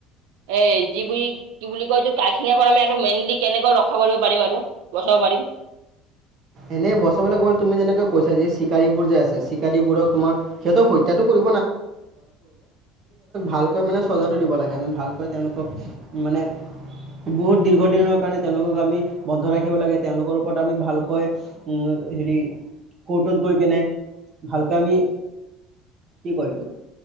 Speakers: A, on the right; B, on the right.
A: এ যিিব কি বুলি কয় এই কাখিঙা কৰা আমি আৰু মেইনলি কেনেকৈ ৰখা কৰিব পাৰিম আৰু বচাব পাৰিম
B: এনেই বছৰলৈ ক'লে তুমি যেনেকে কৈছা যে চিকাৰীবোৰ যে আছে চিকাৰীবোৰক তোমাৰ সিহতক হত্যাাতটো কৰি ভালকৈ মানে চজাটো দিব লাগে আমি ভালকৈ তেওঁলোকক মানে বহুত দীৰ্ঘদিনৰ কাৰণে তেওঁলোকক আমি বন্ধ ৰাখিব লাগে তেওঁলোকৰ ওপৰত আমি ভালকৈ উম হেৰি কৰ্টত গৈ কেনে ভালকৈ আমি কি কয় তোক